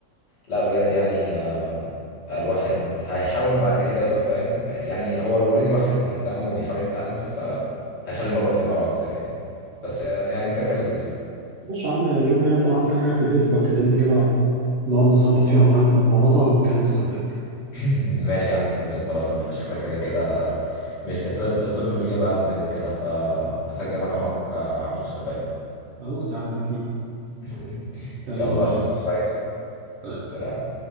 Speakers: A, on the left; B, on the right.
A: لا بجد يعني آه، الواحد هيحاول بعد كده يبقى فاهم يعني هو اوريدي الواحد مهتم وبيحاول يتعلم بس آه، هيخلي الموضوع في دماغه أكتر يعني بس آه، يعني فكرة لذيذة
B: ماشي يا عم يوم ما يعطل عندك حاجة في البيت يبقى كلمني كده نقعد نظبط فيها لغاية ما نبوظها ونكلم السباك
A: <laughs> ماشي يا عم السباك خلاص أنت شكلك كده كده مش الطب الطب مش جايب همه كده كده فهسجل رقمك آه، عبدو السباك
B: خلاص يا عم أكيد
A: <laughs>
B: يلا
A: يلا
B: سلام
A: بقى أشوفك
B: يا اسطى
A: قريب
B: سلام.
A: سلام